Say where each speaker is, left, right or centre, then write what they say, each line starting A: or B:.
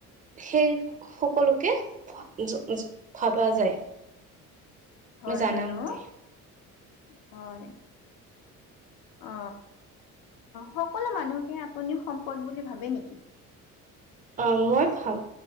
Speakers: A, on the right; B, on the left.
A: সেই সকলোকে য য ভাবা যায়।
B: হয়
A: মই জানা
B: বাৰু
A: মতে।
B: হয়। অ সকলো মানুহকে আপুনি সম্পদ বুলি ভাবে নেকি?
A: অ মই ভাব